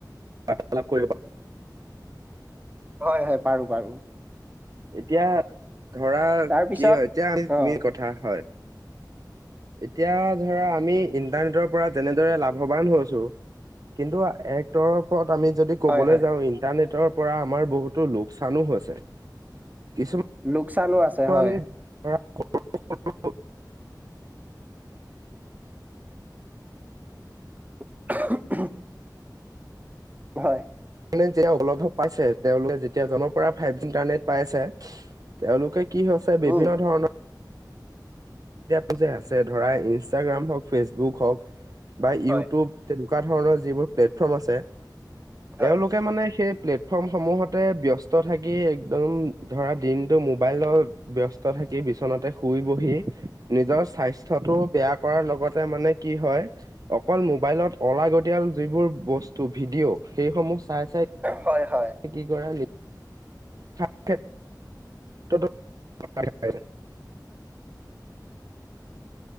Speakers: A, on the right (about 55°); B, on the right (about 20°).
A: বাৰ্তা লাপ কৰিব পাৰো।
B: হয় হয় পাৰো পাৰো।
A: এতিয়া ধৰা
B: তাৰপিছত
A: কি হয় এতিয়া আমি
B: অ
A: কথা হয় এতিয়া ধৰা আমি ইন্টাৰনেটৰ পৰা যেনেদৰে লাভৱান হৈছো কিন্তু এক্টৰৰ ওপৰত আমি যদি কবলৈ
B: হয় হয়
A: যাও ইণ্টাৰনেটৰ পৰা আমাৰ বহুতো লোকচানো হৈছে। কিছু
B: লোকচানো আছে।
A: মান
B: হয়,
A: <unintelligible>
B: <unintelligible> হয়
A: যেতিয়া লাভৱ পাইছে তেওঁলোকে যেতিয়া জনৰ পৰা ফাইভ জি ইণ্টাৰনেট পাই আছে তেওঁলোকে কি হৈছে
B: উম।
A: বিভিন্ন ধৰণৰ এপটো যে আছে ধৰা ইনষ্টাগ্ৰাম হওক ফেচবুক হওক বা
B: হয়।
A: ইউটিউব তেনেকুৱা ধৰণৰ যিবোৰ প্লেটফৰ্ম আছে
B: হয়,
A: তেওঁলোকে মানে সেই প্লেটফৰ্মসমূহতে ব্যস্ত থাকি একদম ধৰা দিনটো মোবাইলত ব্যস্ত থাকি বিচনাতে শুই বহি নিজৰ স্বাস্থ্যটো বেয়া কৰাৰ লগতে মানে কি হয় অকল মোবাইলত অলাগতিয়াল যিবোৰ বস্তু ভিডিঅ' সেইসমূহ চাই চাই
B: হয় হয়।
A: কি কৰা <unintelligible>